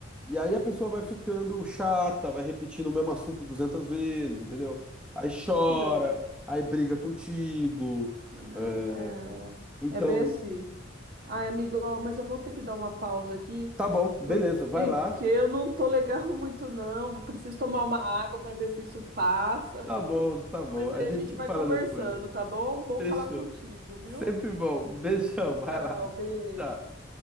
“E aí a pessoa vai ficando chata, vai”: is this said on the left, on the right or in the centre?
Centre